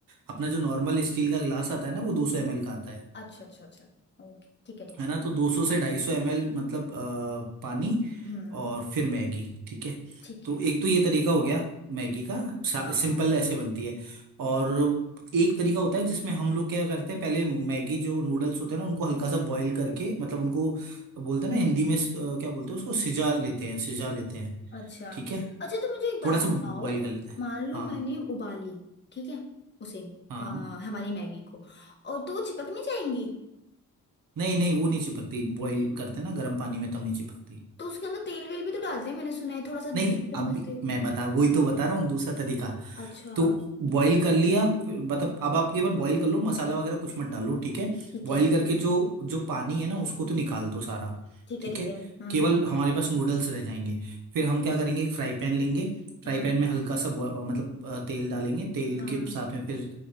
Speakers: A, on the right (about 85°); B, on the left (about 35°).
A: अपना जो नॉर्मल स्टील का गिलास आता है ना वो दो सौ एम एल का आता है
B: अच्छा अच्छा अच्छा ओके ठीक है ठीक
A: है
B: है
A: ना तो दो सौ से ढाई सौ एम एल मतलब अ, पानी
B: ठीक है हम्म
A: और फिर मैगी ठीक है
B: ठीक
A: तो
B: है
A: एक तो ये तरीका हो गया मैगी का सा-
B: हाँ
A: सिंपल
B: हाँ।
A: ऐसे बनती है और एक तरीका होता है जिसमें हम लोग क्या करते हैं पहले मैगी जो नूडल्स होते हैं ना उनको हल्का सा बॉईल करके मतलब उनको बोलते हैं ना हिंदी में अ, क्या बोलते हैं उसको सिजा लेते हैं सिजा लेते हैं
B: अच्छा
A: ठीक है
B: अच्छा तो मुझे एक बात
A: थोड़ा सा बॉईल
B: बताओ
A: कर लेते हैं
B: मान लो
A: हाँ
B: मैंने उबाली ठीक है उसे
A: हाँ
B: आ, हमारी मैगी को और तो वो चिपक नहीं जाएंगी
A: नहीं नहीं वो नहीं चिपकती बॉईल करते ना गर्म पानी में तब नहीं चिपकती
B: तो उसके अंदर तेल वेल भी तो डालते हैं मैंने सुना है थोड़ा सा
A: नहीं
B: दो चम्मच
A: अब भी
B: तेल
A: मैं बता वही तो बता रहा हूँ दूसरा तरीका
B: अच्छा
A: तो बॉईल कर लिया फिर मतलब अब आप केवल बॉईल कर लो मसाला वगैरह कुछ मत डालो ठीक है
B: ठीक
A: बॉईल
B: है
A: करके जो जो पानी है ना उसको तो निकाल दो सारा
B: ठीक
A: ठीक
B: है ठीक
A: है
B: है हाँ
A: केवल
B: हाँ
A: हमारे पास नूडल्स रह जाएंगे फिर हम क्या करेंगे एक फ्राई पैन लेंगे फ्राई
B: हाँ
A: पैन में हल्का सा बॉ- अ, मतलब अ, तेल डालेंगे तेल
B: हाँ
A: के साथ में फिर